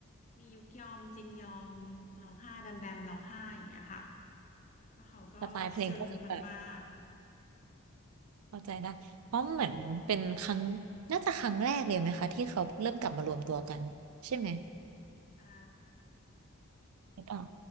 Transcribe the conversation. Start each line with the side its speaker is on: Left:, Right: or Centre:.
Left: มียุกยอมจินยองร้องไห้แบมแบมร้องไห้อย่างเงี้ยค่ะแล้วเขาก็ซึ้งมาก
Right: สไตล์เพลงก็จะแบบเข้าใจได้เพราะเหมือนเป็นครั้งน่าจะครั้งแรกเลยไหมคะที่เขาเริ่มกลับมารวมตัวกันใช่ไหม
Left: ๆอ่า
Right: หรือเปล่า